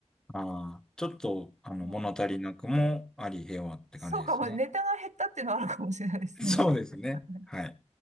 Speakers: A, in the centre; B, on the right.
A: あー、ちょっと、あの、
B: もうん
A: 物足りなくもあり、平和って感じですね。
B: そうかも、ネタが減ったっていうのはあるかもしれないですね。
A: <laughs> そうですね。
B: <laughs>
A: はい。